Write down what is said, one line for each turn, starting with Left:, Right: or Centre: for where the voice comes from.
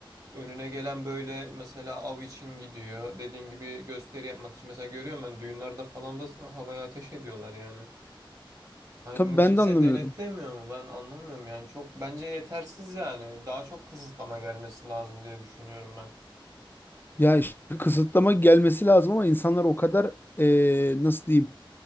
Right: Önüne gelen böyle mesela av için gidiyor. Dediğin gibi gösteri yapmak için. Mesela görüyorum ben düğünlerde falan da havaya ateş ediyorlar yani. Hani
Left: Tabii
Right: bunu
Left: ben
Right: kimse
Left: de anlamıyorum.
Right: denetlemiyor mu? Ben anlamıyorum yani. Çok bence yetersiz yani. Daha çok kısıtlama gelmesi lazım diye düşünüyorum ben.
Left: Ya işte kısıtlama gelmesi lazım ama insanlar o kadar e, nasıl diyeyim